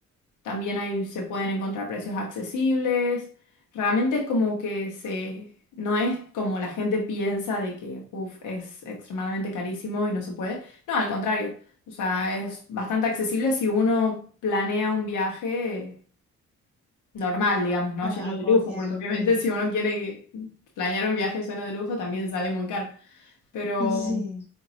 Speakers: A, on the left; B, on the left.
A: también ahí se pueden encontrar precios accesibles. Realmente es como que se, no es como la gente piensa de que uf, es extremadamente carísimo y no se puede. No, al contrario, o sea, es bastante accesible si uno planea un viaje normal, digamos,
B: Claro,
A: no lleno
B: acorde
A: de lujo, porque
B: a lo
A: obviamente
B: que...
A: si uno quiere planear un viaje lleno de lujo también sale muy caro. Pero
B: <laughs> Sí,